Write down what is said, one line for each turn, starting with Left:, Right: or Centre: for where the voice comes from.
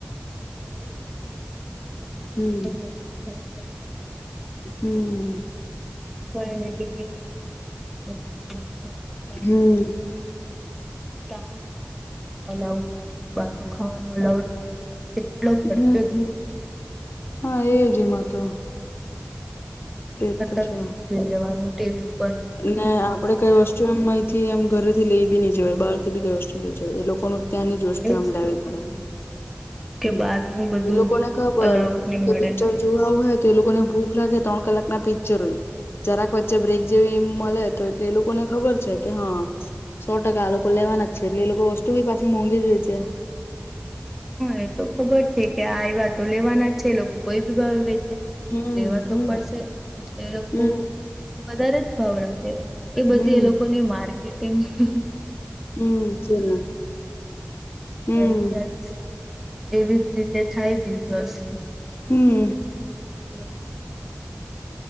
Centre: સારું નથી એ કઈ તો પછી જોઈને
Left: હમ્મ
Centre: મતલબ પૈસા
Left: હમ્મ.
Centre: એની ટિકિટ કટ પછી બધ ખર્ચ થાય
Left: હમ્મ
Centre: પછી ત ન ખાવાનું અલાવ કરે બાર નું ખાવાનું અલાઉ જ નહી મળે ખર્ચો
Left: હમ્મ હમ્મ
Centre: થઈ જાય
Left: હા એ જ એમાં તો તેજ
Centre: ના કરતા
Left: તો છે
Centre: ઘરે જોઈ લેવાનું ટીવી પર
Left: ને આપડે કઈ વસ્તુ અહીંથી એમ ઘરે થી લઈ બી નઈ જવાય બહારથી બી કઈ વસ્તુ નઈ જવા એ લોકો નું ત્યાંની દૃષ્ટિ
Centre: એજ
Left: આમ લેવી
Centre: તો કીધું
Left: પડે
Centre: કે
Left: હમ્મ
Centre: બહારનું બધું
Left: એ લોકો ને ખબર
Centre: અલાઉડ નહી
Left: કે
Centre: મળે
Left: પિક્ચર જો આવું હોય તો એ લોકોને ભૂખ લાગે ત્રણ કલાકના પિક્ચર હોય જરાક વચ્ચે બ્રેક જે એ મળે તો એટલે એ લોકોને ખબર છે કે હા સો ટકા આ લોકો લેવાના છે એટલે એ લોકો વસ્તુ બી પાછી મોંઘી જ વેચે
Centre: હ એ તો ખબર છે કે આ એવા તો લેવાના જ છે લોકો કોઈ બી ભાવ વેચે.
Left: હમ
Centre: લેવા તો
Left: હમ
Centre: પડશે એ લોકો
Left: હમ
Centre: વધારે જ ભાવ રાખે એ બધી
Left: હમ
Centre: એ લોકોની માર્કેટ <unintelligible>
Left: હમ છેને હમ
Centre: બધી એવી જ રીતે થાય બિઝનસ
Left: હમ્મ.
Centre: લોકો એ લોકો ન જોઈએ